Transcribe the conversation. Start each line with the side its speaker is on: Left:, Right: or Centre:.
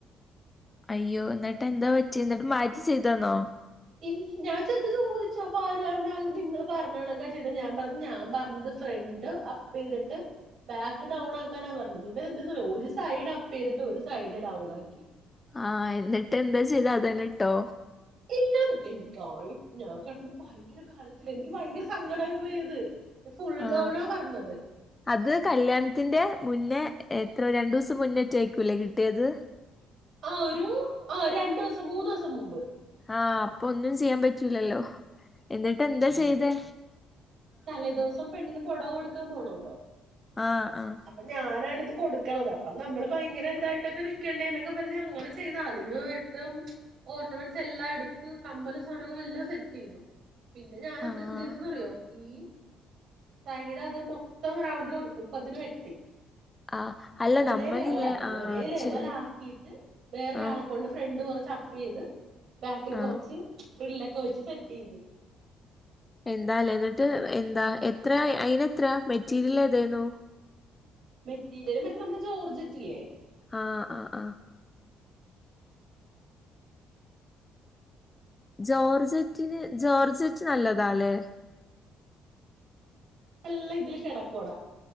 Left: അയ്യോ എന്നിട്ട് എന്താ പറ്റിഎന്നിട്ട് മാറ്റി ചെയ്തന്നോ.
Right: ഇല്ല ഞാൻ ചെന്ന് ചോദിച്ച അപ്പൊ അവര് പറഞ്ഞത് നിങ്ങള്ൾ പറഞ്ഞണക്കെ ചെയ്ത ഞാൻ പറഞ്ഞ ഞാൻ പറഞ്ഞത് ശ്ര.. രണ്ട് അപ്പ ചെയ്തിട്ട്. ബാക്ക് ഡൗൺ ആക്കാനാ പറഞ്ഞത് ഇവരെ എന്തന്ന് പറ ഒരു സൈഡ് അപ്പ് ചെയ്തിട്ട് ഒരു സൈഡ് ഡൗൺ ആക്കി.
Left: ആഎന്നിട്ട് എന്താ ചെയ്താ അതന്നെട്ടോ.
Right: ല്ല എനിക്കാണ ഞാൻ കടന്ന ഭയങ്കര കരച്ചിൽ എനിക്ക് ഭയങ്കര സങ്കടമായി പോയത്. ഫുൾ
Left: ആ
Right: ഗൗണാ പറഞ്ഞത്
Left: അത് കല്യാണത്തിന്റെ മുന്നേ എത്ര രണ്ടു ദിവസം മുന്നേ ചോയിക്കൂല്ലേ കിട്ടിയത്.
Right: ആ ഒരു ആ രണ്ടു ദിവസം മൂന്ന് ദിവസം മുമ്പ്.
Left: ആ അപ്പൊ ഒന്നും ചെയ്യാൻ പറ്റൂലല്ലോ. എന്നിട്ട് എന്താ ചെയ്തെ
Right: തലേദിവസം പെണ്ണിന് പൊടവ കൊടുക്കാൻ പോണല്ലോ.
Left: ആഹ് ആഹ്
Right: അപ്പൊ ഞാനാണിത് കൊടുക്ക ക്കണത് അപ്പം നമ്മൾ ഭയങ്കര ഇതായിട്ടൊക്കെ നിക്കണ്ടേ എന്നൊക്കെ പറഞ്ഞ് അങ്ങനെ ചെയ്ത അതിന് ത്തം ഓർണമെന്റസ് എല്ലാം എടുത്തു കമ്മല് സാധനങ്ങളെല്ലാം സെറ്റ് ചെയ്തു. പിന്നെ ഞാനത്
Left: ആഹ്
Right: ന്ത് ചെയതന്ന് അറിയോ ഈ സൈഡ് അത് മൊത്തം റൗണ്ടിൽ ഉപ്പത്തിന് വെട്ടി
Left: ആഹ് അല്ല
Right: ഒരേ
Left: നമ്മളില്ലേ
Right: ലെവല ആക്കി
Left: ആഹ്
Right: ഒരേ
Left: അത്
Right: ലെവല
Left: ശരിയാണ്
Right: ആ വേറൊരാളെ
Left: ആഹ്
Right: കൊണ്ട് ഫ്രണ്ട് കുറച്ച് അപ്പ്ചെ യ്ത് ബാക്കിൽ കൊറച്ച്
Left: ആഹ്
Right: ഫ്രിലോ ക്കെ വെച്ച് സെറ്റ് ചെയ്തു.
Left: എന്താല്ലേ ന്നിട്ട് എന്താ എത്ര അയിന് എത്ര മെറ്റീരിയൽ ഏതായിരുന്നു.
Right: മെറ്റീരിയലും മറ്റേ നമ്മുടെ ജോർജറ്റ്ല്ലേ.
Left: ആ ആ ആ ജോർജറ്റിന് ജോർജറ്റ് നല്ലതാല്ലേ?
Right: നല്ല ഇതില് കെടക്കോടാ.